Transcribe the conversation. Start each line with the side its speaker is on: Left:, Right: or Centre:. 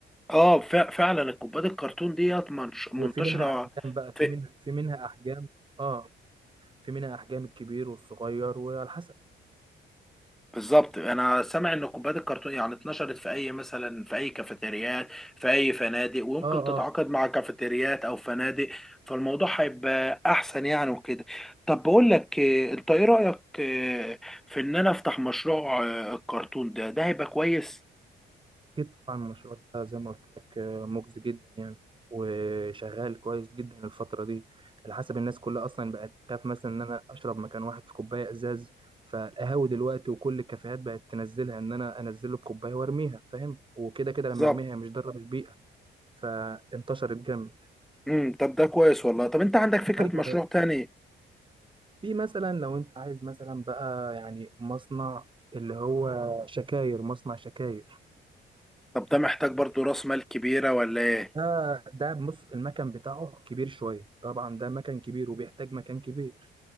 Centre: اه ف... فعلا الكوبايات الكرتون ديت منش... منتشرة
Right: وفي منها أحجام بقى في
Centre: في
Right: منها في منها أحجام اه في منها أحجام الكبير والصغير وعلى حسب
Centre: بالظبط انا سامع ان الكوبايات الكرتون يعني اتنشرت في اي مثلا في اي كافيتريات في اي فنادق ويمكن
Right: اه
Centre: تتعاقد
Right: اه
Centre: مع كافيتريات او فنادق فالموضوع هيبقى احسن يعني وكده طب بقول لك إيه، انت ايه رايك إيه، في ان انا افتح مشروع آه، الكرتون ده ده هيبقى كويس
Right: أكيد طبعا المشروع ده زي ما قلت لك آه، مجزي جدا يعني وشغال كويس جدا الفترة دي على حسب الناس كلها أصلا بقت تخاف مثلا إن أنا أشرب مكان واحد في كوباية إزاز فالقهاوي دلوقتي وكل الكافيهات بقت تنزلها إن أنا أنزله في كوباية وأرميها فاهم وكده كده لما
Centre: بالظبط
Right: أرميها هي مش ضارة بالبيئة فانتشرت جامد
Centre: امم طب ده كويس والله طب انت عندك فكره
Right: ايوه
Centre: مشروع تاني
Right: في مثلا لو انت عايز مثلا بقى يعني مصنع اللي هو شكاير مصنع شكاير
Centre: طب ده محتاج برضو راس مال كبيره ولا ايه
Right: ده ده بص المكن بتاعه كبير شويه طبعا ده مكن كبير وبيحتاج مكان كبير